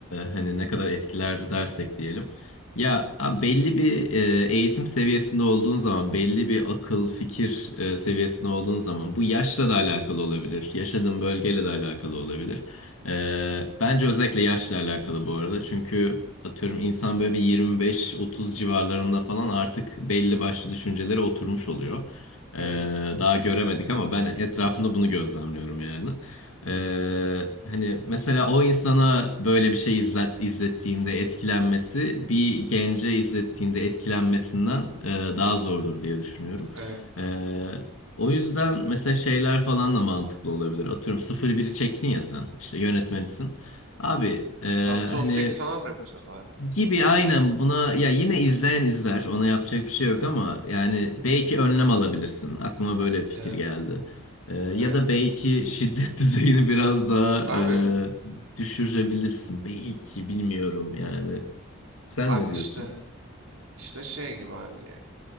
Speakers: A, on the left; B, on the right.
A: hani ne kadar etkiler dersek diyelim. Ya a- belli bir e, eğitim seviyesinde olduğun zaman, belli bir akıl, fikir e, seviyesinde olduğun zaman bu yaşla da alakalı olabilir. Yaşadığın bölgeyle de alakalı olabilir. Ee, bence özellikle yaşla alakalı bu arada. Çünkü atıyorum insan böyle bir 25-30 civarlarında falan artık belli başlı düşüncelere oturmuş oluyor. Ee,
B: Evet.
A: daha göremedik ama ben etrafında bunu gözlemliyorum yani. Ee, hani mesela o insana böyle bir şey izlet, izlettiğinde etkilenmesi bir gence izlettiğinde etkilenmesinden e, daha zordur diye düşünüyorum.
B: Evet.
A: Ee, o yüzden mesela şeyler falan da mantıklı olabilir. Atıyorum sıfır biri çektin ya sen işte yönetmenisin. Abi e,
B: Artı
A: hani
B: 18 falan mı yapacağız abi?
A: gibi aynen buna ya yine izleyen izler ona yapacak bir şey yok
B: Evet.
A: ama yani belki önlem alabilirsin aklıma böyle bir fikir
B: Evet.
A: geldi Ee, ya
B: Evet.
A: da belki şiddet <laughs> düzeyini biraz daha
B: Abi.
A: e, düşürebilirsin belki bilmiyorum yani sen
B: Abi
A: ne diyorsun?
B: işte. işte şey gibi abi yani.